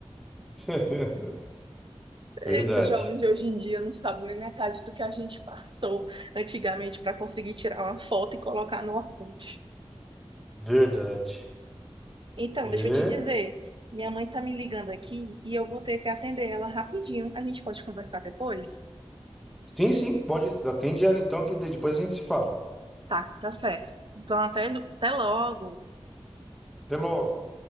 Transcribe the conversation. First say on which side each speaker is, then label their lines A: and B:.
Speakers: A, in the centre; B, on the right.
A: <laughs>
B: Eita,
A: Verdade,
B: jovem de hoje em dia não sabe nem metade do que a gente passou antigamente para conseguir tirar uma foto e colocar no Orkut.
A: verdade.
B: Então,
A: É.
B: deixa eu te dizer, minha mãe tá me ligando aqui e eu vou ter que atender ela rapidinho. A gente pode conversar depois?
A: Sim, sim, pode, atende ela então, que daí depois a gente se fala.
B: Tá, tá certo. Então, até, até logo.
A: Até logo.